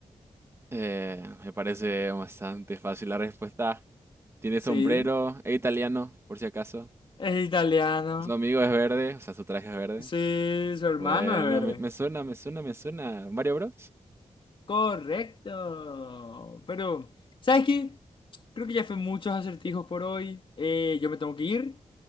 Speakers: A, on the right; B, on the left.
A: Eh, me parece bastante fácil la respuesta. Tiene
B: Sí.
A: sombrero, es italiano, por si acaso.
B: Es italiano.
A: Su amigo es verde, o sea, su traje es verde.
B: Sí, su hermano
A: Bueno,
B: es verde.
A: me, me suena, me suena, me suena. Mario Bros.
B: Correcto. Pero, ¿sabes qué? Creo que ya fue muchos acertijos por hoy. Eh, yo me tengo que ir.